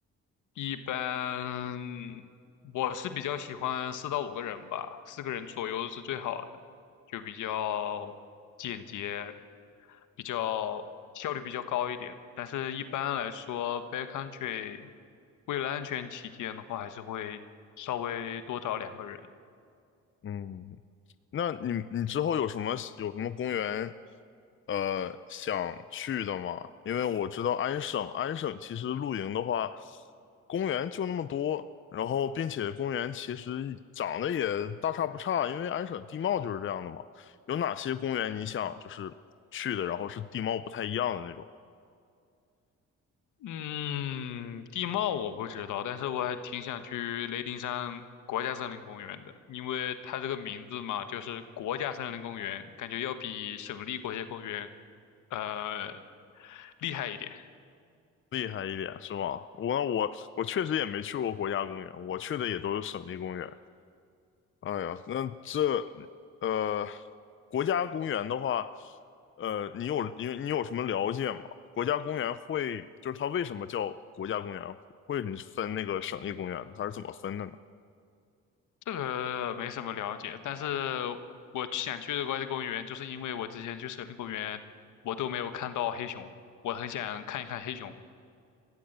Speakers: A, on the left; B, on the left.
A: 一般我是比较喜欢四到五个人吧，四个人左右是最好的，就比较简洁，比较效率比较高一点。但是一般来说，backcountry 为了安全起见的话，还是会稍微多找两个人。
B: 嗯。那你你之后有什么有什么公园呃想去的吗？因为我知道安省，安省其实露营的话，公园就那么多，然后并且公园其实长得也大差不差，因为安省地貌就是这样的嘛。有哪些公园你想就是去的，然后是地貌不太一样的那种，
A: 嗯，地貌我不知道，但是我还挺想去雷丁山国家森林公园的，因为它这个名字嘛，就是国家森林公园，感觉要比省立国家公园呃厉害一点。
B: 厉害一点是吧？我我我确实也没去过国家公园，我去的也都是省立公园。哎呀，那这呃，国家公园的话，呃，你有你你有什么了解吗？国家公园会就是它为什么叫国家公园？会什么分那个省立公园？它是怎么分的呢？
A: 这个没什么了解，但是我想去的国家公园，就是因为我之前去森林公园，我都没有看到黑熊，我很想看一看黑熊。